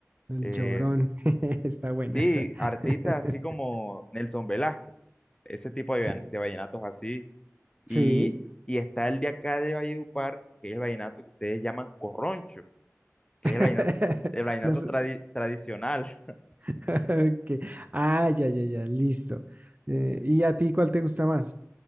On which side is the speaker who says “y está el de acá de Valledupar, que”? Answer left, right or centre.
Left